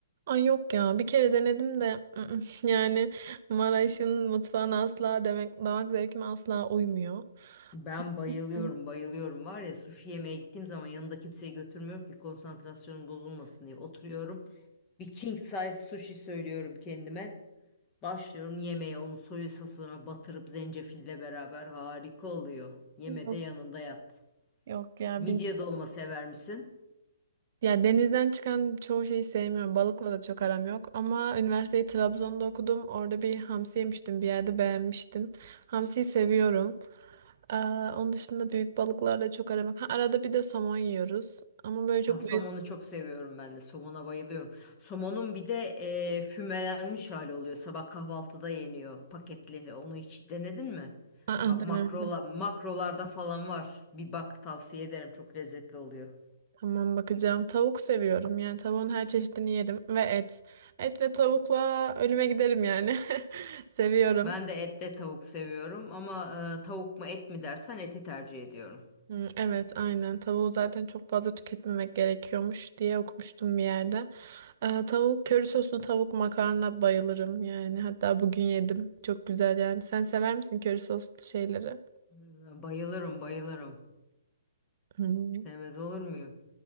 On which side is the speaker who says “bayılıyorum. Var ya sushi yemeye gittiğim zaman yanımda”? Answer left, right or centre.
Left